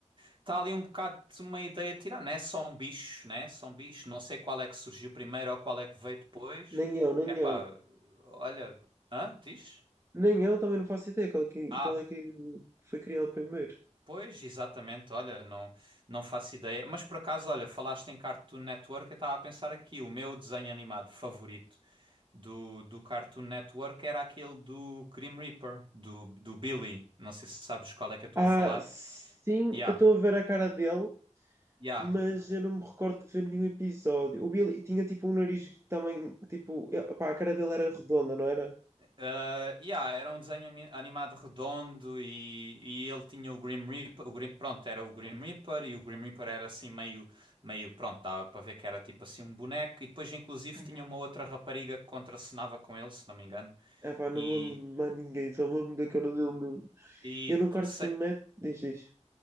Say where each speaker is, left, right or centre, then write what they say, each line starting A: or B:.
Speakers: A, on the right; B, on the right.
A: está ali um bocado de uma ideia tirar, né? São bichos, né? São bichos, não sei qual é que surgiu primeiro ou qual é que veio depois.
B: Nem eu, nem
A: É pá,
B: eu.
A: olha, hã? Diz?
B: Nem eu também não faço ideia qual é que,
A: Ah,
B: qual é que foi criado primeiro.
A: pois, exatamente, olha, não, não faço ideia. Mas por acaso, olha, falaste em Cartoon Network, eu estava a pensar aqui, o meu desenho animado favorito do, do Cartoon Network era aquele do Grim Reaper, do, do Billy. Não sei se sabes qual é que eu estou
B: Ah,
A: a falar.
B: sim,
A: Yeah,
B: eu estou a ver a cara dele,
A: yeah.
B: mas eu não me recordo de ver nenhum episódio. O Billy tinha tipo um nariz também, tipo, eh, pá, a cara dele era redonda, não era?
A: Uh, yeah, era um desenho ami- animado redondo e, e ele tinha o Grim Reaper, o Grim- pronto, era o Grim Reaper e o Grim Reaper era assim meio, meio, pronto, dava para ver que era tipo assim um boneco e depois inclusive
B: Uhum.
A: tinha uma outra rapariga que contracenava com ele, se não me engano.
B: Ah, pá, não
A: E,
B: me lembro de mais ninguém, só me lembro da cara dele mesmo.
A: e
B: Eu no cartoon
A: sei-
B: net, diz, diz.